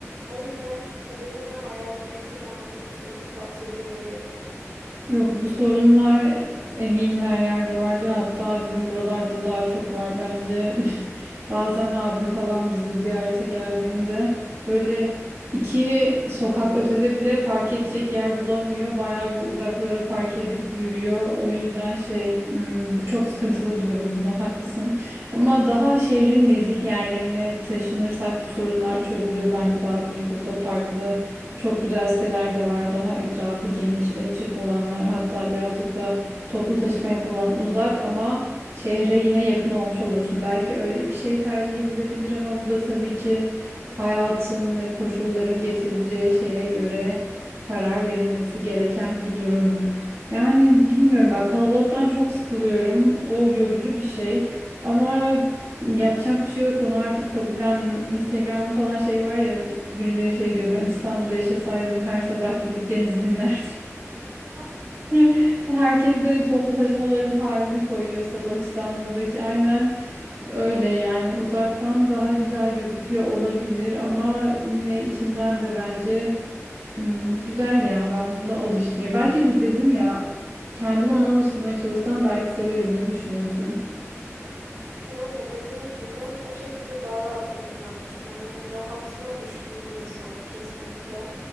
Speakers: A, on the right (about 85°); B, on the right (about 65°).
A: O yüzden hedefim ve hayalim en kısa zamanda müstakil bahçeli bir eve geçmek.
B: Yok bu sorunlar eminim her yerde vardır. Hatta bizim buralarda daha çok var bence. <laughs> Bazen abim falan bizi ziyarete geldiğinde böyle iki sokak ötede bile park edecek yer bulamıyor. Bayağı bir uzaklara park edip yürüyor. O yüzden şey hmm, bu çok sıkıntılı bir durum. Bunda haklısın. Ama daha şehrin nezih yerlerine taşınırsak bu sorunlar çözülür bence daha büyük otoparklı çok güzel siteler de var. Daha etrafı geniş, açık olanlar. Hatta birazcık da toplu taşımaya falan uzak ama şehre yine yakın olmuş olursun. Belki öyle bir şey tercih edilebilir ama bu da tabii ki hayatın ve koşulların getireceği şeye göre karar verilmesi gereken bir durum. Yani bilmiyorum bak kalabalıktan çok sıkılıyorum. O yorucu bir şey. Ama Yapacak bir şey yok onu artık kabullendim. Instagram'da falan şey var ya birileri şey diyor ben İstanbul'da yaşasaydım her sabah gidip denizi dinlerdim.
A: Hı.
B: <laughs> Herkes de toplu taşımaların halini koyuyor sabah İstanbul'daki aynen öyle yani uzaktan daha güzel gözüküyor olabilir ama yine içinden de bence hmm, güzel ya ben buna alıştım. Ya belki de dedim ya kendimi ona alıştırmaya çalışsam belki severim ne düşünüyorsun?
A: Yani dediğim gibi ben o şekilde daha rahat olacağımı düşünüyorum. Yani rahatıma düşkün bir insanım kesinlikle.